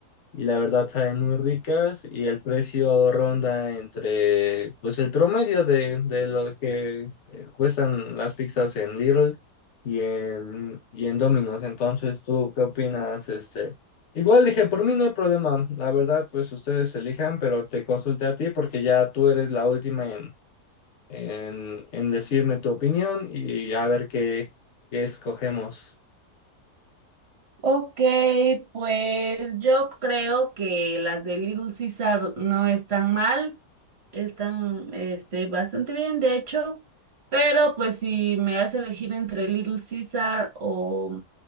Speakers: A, on the left (about 55°); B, on the right (about 40°).
A: y la verdad saben muy ricas y el precio ronda entre, pues el promedio de, de lo que eh, cuestan las pizzas en Lidl y en, y en Domino's. Entonces, ¿tú qué opinas? Este, igual dije, por mí no hay problema, la verdad, pues ustedes elijan, pero te consulté a ti porque ya tú eres la última en, en, en decirme tu opinión y a ver qué, qué escogemos.
B: Ok, pues yo creo que las de Little Caesar no están mal, están este, bastante bien, de hecho, pero pues si me das a elegir entre Little Caesar o,